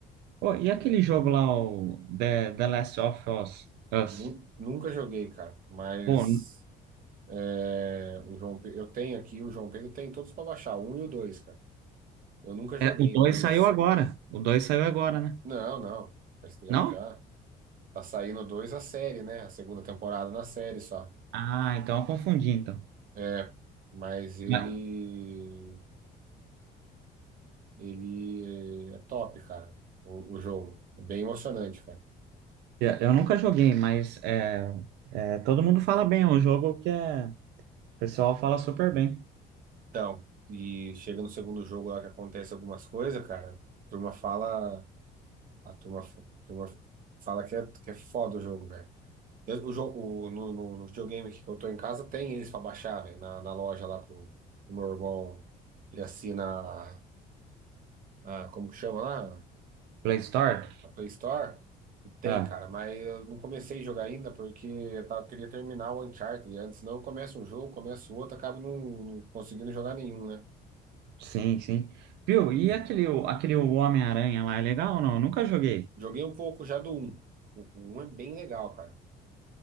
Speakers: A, on the right; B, on the right.
A: ô, e aquele jogo lá, o The, The Last of Us? Us?
B: Nu- Nunca joguei, cara. Mas
A: Pô,
B: é, o João, Pe- eu tenho aqui, o João Pedro tem todos pra baixar, o um e o dois, cara. Eu nunca joguei,
A: É, o 2
B: mas.
A: saiu agora. O 2 saiu agora, né?
B: Não, não. Faz tempo
A: Não?
B: já. Tá saindo o dois a série, né? A segunda temporada na série só.
A: Ah, então eu confundi, então.
B: É, mas ele.
A: Mas-
B: Ele é top, cara. O, o jogo. É bem emocionante, cara.
A: Eu eu nunca joguei, mas é, é, todo mundo fala bem. É um jogo que é, o pessoal fala super bem.
B: Então, e chega no segundo jogo lá que acontece algumas coisas, cara. A turma fala. A turma, f- a turma fala que é, que é foda o jogo, velho. Eu- O jogo, o- no, no, no videogame aqui que eu tô em casa, tem eles pra baixar, velho. Na, na loja lá com o meu irmão. Ele assina a, a- como que chama lá?
A: Play Store?
B: A Play Store. E tem,
A: Ah,
B: cara, mas eu não comecei a jogar ainda porque eu tava, queria terminar o Uncharted antes. Senão eu começo um jogo, começo outro, acabo não não conseguindo jogar nenhum, né?
A: sim, sim. Viu? E aquele, aquele Homem-Aranha lá, é legal ou não? Eu nunca joguei.
B: Joguei um pouco já do um O um é bem legal, cara.